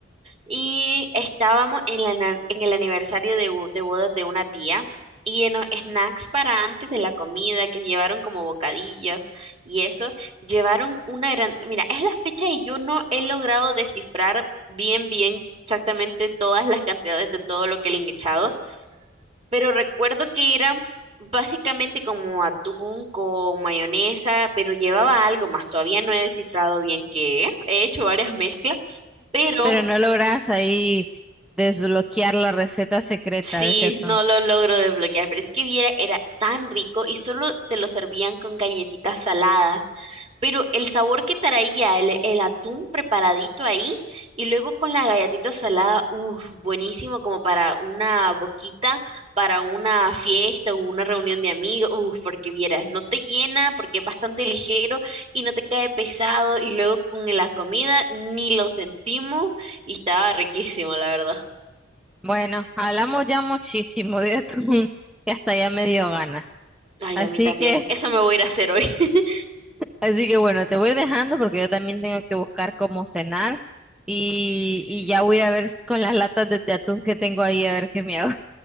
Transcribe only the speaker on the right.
Y estábamos en, la na- en el aniversario de, bo- de bodas de una tía y en los snacks para antes de la comida que llevaron como bocadillos y eso, llevaron una gran... Mira, es la fecha y yo no he logrado descifrar bien, bien exactamente todas las cantidades de todo lo que le han echado, pero recuerdo que era básicamente como atún con mayonesa, pero llevaba algo más, todavía no he descifrado bien qué, he hecho varias mezclas. Pero
Sí,
no lo logro desbloquear, pero es que viera, era tan rico y solo te lo servían con galletitas saladas. Pero el sabor que traía el, el atún preparadito ahí y luego con la galletita salada, uff, buenísimo como para una boquita, para una fiesta o una reunión de amigos, uff, porque vieras, no te llena porque es bastante ligero y no te cae pesado y luego con la comida ni lo sentimos y estaba riquísimo, la verdad.
Ay,
a mí también.
<laughs> Eso me voy a ir a hacer hoy. <laughs>